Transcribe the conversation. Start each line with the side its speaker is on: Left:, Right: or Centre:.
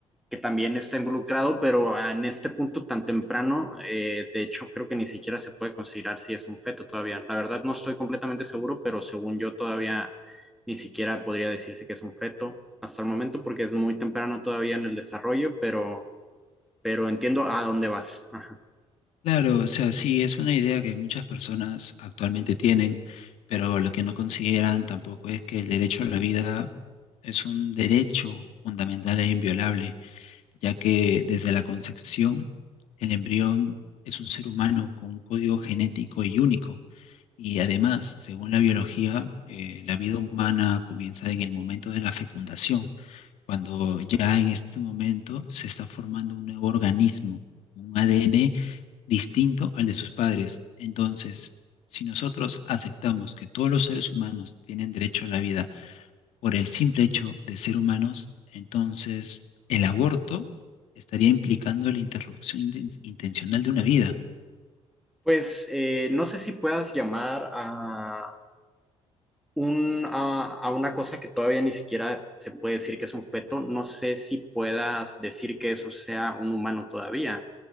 Centre: que también está involucrado, pero en este punto tan temprano, eh, de hecho creo que ni siquiera se puede considerar si es un feto todavía. La verdad no estoy completamente seguro, pero según yo todavía ni siquiera podría decirse que es un feto hasta el momento porque es muy temprano todavía en el desarrollo, pero, pero entiendo a dónde vas. Ajá.
Left: Claro, o sea, sí, es una idea que muchas personas actualmente tienen, pero lo que no consideran tampoco es que el derecho a la vida es un derecho fundamental e inviolable ya que desde la concepción el embrión es un ser humano con un código genético y único. Y además, según la biología, eh, la vida humana comienza en el momento de la fecundación, cuando ya en este momento se está formando un nuevo organismo, un ADN distinto al de sus padres. Entonces, si nosotros aceptamos que todos los seres humanos tienen derecho a la vida por el simple hecho de ser humanos, entonces el aborto estaría implicando la interrupción inten- intencional de una vida.
Centre: Pues eh, no sé si puedas llamar a, un, a, a, una cosa que todavía ni siquiera se puede decir que es un feto, no sé si puedas decir que eso sea un humano todavía.